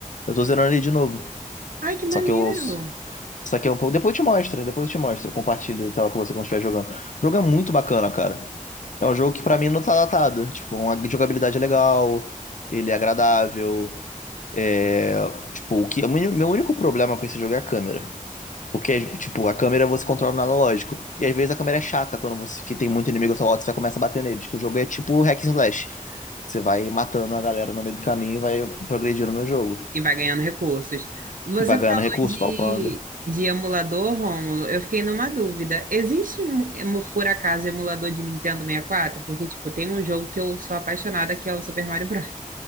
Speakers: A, on the left; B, on the right.
A: Eu tô zerando ele de novo.
B: Ai, que maneiro!
A: Só que eu. Só que é um pouco. Depois eu te mostro, depois eu te mostro. Eu compartilho a tela com você quando estiver jogando. O jogo é muito bacana, cara. É um jogo que pra mim não tá datado. Tipo, uma jogabilidade é legal, ele é agradável. É, tipo, o que, o meu meu único problema com esse jogo é a câmera. Porque, tipo, a câmera você controla no analógico. E às vezes a câmera é chata quando você que tem muito inimigo ao seu lado, você já começa a bater neles. Que o jogo é tipo hack and slash. Você vai matando a galera no meio do caminho e vai progredindo no jogo.
B: E vai ganhando recursos. Você
A: E vai ganhando
B: falou
A: recurso,
B: de,
A: falpando.
B: de emulador, Rômulo. Eu fiquei numa dúvida. Existe, um emu- por acaso, emulador de Nintendo sessenta e quatro? Porque, tipo, tem um jogo que eu sou apaixonada, que é o Super Mario Bros.